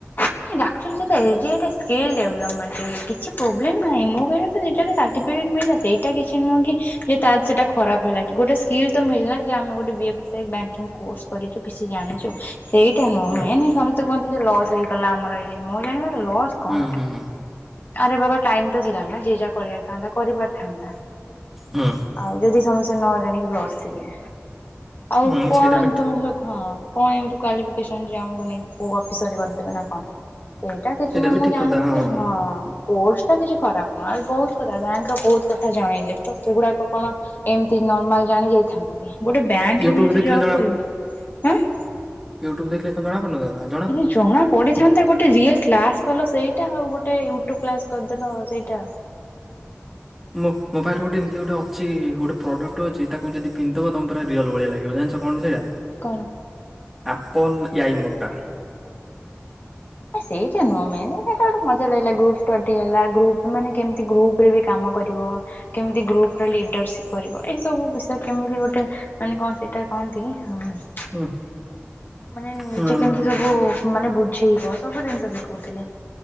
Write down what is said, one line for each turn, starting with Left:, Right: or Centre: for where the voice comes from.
Left: ନାଇଁ ଆକଚୁଆଲି ସେଇଟା ଏ ସ୍ ଡି ଏ ଟା ସ୍କିଲ୍ ଡେଭଲପମେଣ୍ଟ କିଛି ପ୍ରବ୍ଲେମ ନାହିଁ। ମୋ କହିବା କଥା ସେଇଟା ସାର୍ଟିଫିକେଟ ମିଳିଲା ସେଇଟା କିଛି ନୁହଁ କି ତା ସେଟା ଖରାପ ହେଲା କି ଗୋଟେ ସ୍କିଲ୍ ତ ମିଳିଲା ଯେ ଆମେ B F S I banking course କରିଛୁ କିଛି ଜାଣିଛୁ। ସେଇଟା ନୁହଁ
Centre: ଓ
Left: ମେନ ସମସ୍ତେ କୁହନ୍ତି ଯେ ଲସ୍ ହେଇଗଲା ଆମର ଇଏ ମୁଁ ଜାଣିବାରେ ଲସ୍ କଣ?
Centre: ହୁଁ ହୁଁ ହୁଁ।
Left: ଆରେ ବାବା ଟାଇମ ତ ଥିଲା ନା ଯିଏ ଯାହା କରିବାରଥାନ୍ତା କରିପାରିଥାନ୍ତା।
Centre: ହୁଁ
Left: ଆଉ ଯଦି ସମସ୍ତେ ନ ଜାଣିକି ବସିବେ ଆଉ
Centre: ହୁଁ
Left: କଣ
Centre: ସେଇଟା
Left: ଏମିତି
Centre: ବି
Left: ତମ ହଁ କଣ ଏମତି କ୍ୟୁାଲିପିକେଶନ ଆମକୁ ନେଇକି କୋଉ ଅଫିସରି କରିଦେବେ ନା କଣ ସେଇଟା କିଛି ନା
Centre: ବି
Left: ମୁଁ
Centre: ଠିକ
Left: ଜାଣିପାରି
Centre: କଥା
Left: ହଁ।
Centre: ହୁଁ।
Left: କୋର୍ସ ଟା କିଛି ଖରାପ ନୁହଁ ଆ ବହୁତୁ କଥା ବ୍ୟାଙ୍କ ର ବହୁତ କଥା ଜଣେଇଲେ ତ ସେଗୁଡାକ କଣ ଏମିତି ନର୍ମାଲ ଜାଣି ଯାଇଥାନ୍ତା କି ଗୋଟେ ବ୍ୟାଙ୍କରେ
Centre: ୟୁଟ୍ୟୁବ
Left: ବି ଯଦି
Centre: ଦେଖିଲେ
Left: ଜବ କରିବ ଏଁ।
Centre: ୟୁ୍ଟୁବୁ ଦେଖିଲେ କଣ ଜଣା ପଢ଼ୁନଥାନ୍ତା‌।
Left: କିଛି ଜଣା ପଢିଥାନ୍ତା ଗୋଟେ ରିଏଲ କ୍ଲାସ କଲ ସେଇ ସେଇଟା ଆଉ ଗୋଟେ ୟୁଟ୍ୟୁବ କ୍ଲାସ କରିଦେଲ ସେଇଟା।
Centre: ମୋ ମୋପାଖରେ ଗୋଟେ ଅଛି ଗୋଟେ ପ୍ରଡକ୍ଟ ଅଛି ତାକୁ ଯଦି ପିନ୍ଧି ଦେବ ତମ ପୁରା ରିଅଲ ଭଳିଆ ଲାଗିବ। ଜାଣି ତ କଣ ସେଇଟା
Left: କଣ?
Centre: ଆପଲ ଏୟଈ ମୋଟା।
Left: ଓହ ସେଇଟା ନୁହଁ ମେନ୍ ହେଲା ମଜା ଲାଗିଲା ଗ୍ରୁପ ଷ୍ଟଡି ହେଲା ଗ୍ରୁପ ମାନେ କେମିତି ଗ୍ରୁପ ଉପରେ ବି କାମ କରିବ କେମିତି ଗ୍ରୁପ୍ର ଲିଡ଼ରସିପ୍ କରିବ ଏସବୁ ବିଷୟରେ କେମିତି ଗୋଟେ ମାନେ କଣ ସେଇଟା କହନ୍ତି ହସି
Centre: ହୁଁ।
Left: ମାନେ ନିଜେ
Centre: ହୁଁ।
Left: କେମିତି ସବୁ ମାନେ ବୁଝେଇବ ସବୁ ଜିନିଷ ଶିଖଉଥିଲେ।